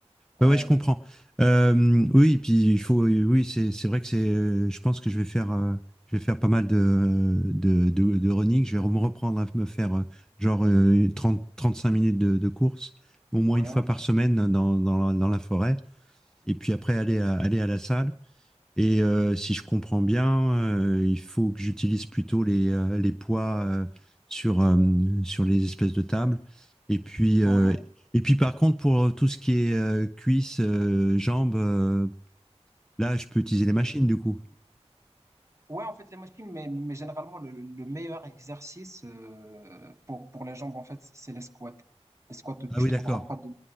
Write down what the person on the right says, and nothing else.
Ouais,
ouais,
ouais.
Ouais, en fait, les machines, mais, mais généralement, le, le meilleur exercice euh, pour, pour les jambes, en fait, c'est les squats. Les squats, tu ne
trouveras
pas de...